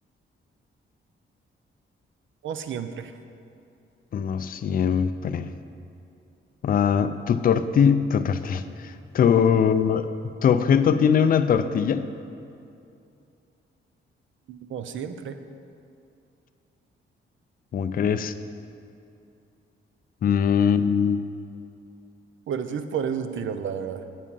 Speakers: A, on the right; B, on the left.
A: No siempre,
B: No siempre. Ah, ¿tu torti, tu tortilla, <laughs> tu, tu objeto tiene una tortilla?
A: no siempre.
B: ¿Cómo crees? Mm,
A: Bueno, sí es por esos tiros, la verdad.